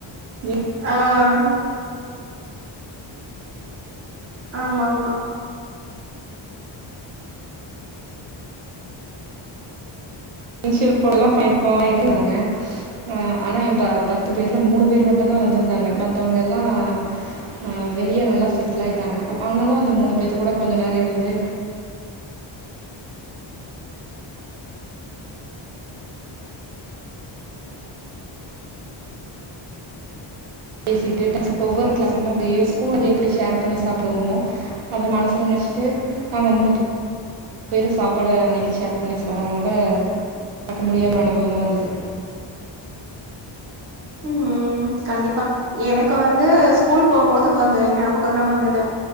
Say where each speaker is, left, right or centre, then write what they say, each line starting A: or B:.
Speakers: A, on the right; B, on the right.
A: நீ
B: ஆஹ் ஆமா ஆமா
A: இன்ஷில் போட எல்லா <unintelligible> இதன்னாங்க ஆஹ ஆனா என் ப பத்து பேர்ல மூணு பேர் மட்டும் தான் வந்திருந்தாங்க மத்தவங்க எல்லா அஹ் வெளியே நல்லா செட்டில் ஆயிட்டாங்க ஆனாலும் அந்த மூணு பேத்த கூட கொஞ்சம் நேரம் இருந்து பேசிட்டு ஒவ்வொரு கிளாஸ் ரூமா போ ஸ்கூல எப்டி ஷேர் பண்ணி சாப்டுவமோ அத மனசுன்னு நெனச்சிட்டு நாங்க மூணு பேரும் சாப்பாட அனக்கி ஷேர் பண்ணி ரொம்ப மறக்க முடியாத அனுபவமா இருந்து
B: உம் கண்டிப்பா எனக்கு வந்து ஸ்கூல் போகும் போது வந்த ஞாபகம தான் வந்தது